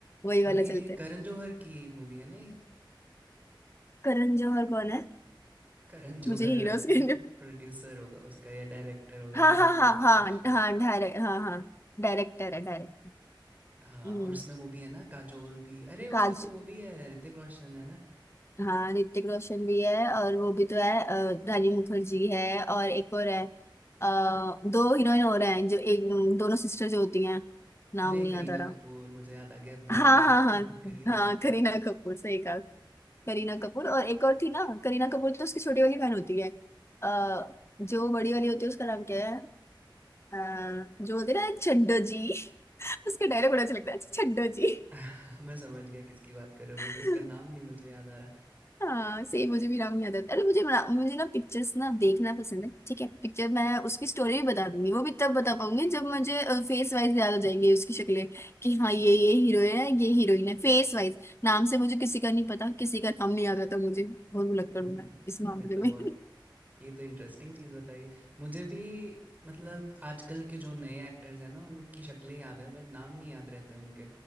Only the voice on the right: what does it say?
और
ये
करण जौहर की मूवी है ना ये
Karan Johar
I think
producer होगा उसका या डायरेक्टर होगा
धर्मा
प्रोडक्शन
हाँ
और उसमें वो भी है ना काजोल भी अरे उसमें
तो वो भी है ऋतिक रोशन है ना
अरे
करीना
कपूर मुझे याद आ गया बेबो
<laughs> करीना
कपूर
<laughs> मैं समझ गया किसकी बात कर रहे हो
बट उसका नाम नहीं मुझे याद आ रहा
<laughs>
ये तो
बहुत
ये तो इंटरेस्टिंग चीज़ बताई। मुझे भी मतलब आजकल के जो नए एक्टर्स हैं ना, उनकी शक्लें याद है बट नाम नहीं याद रहते उनके।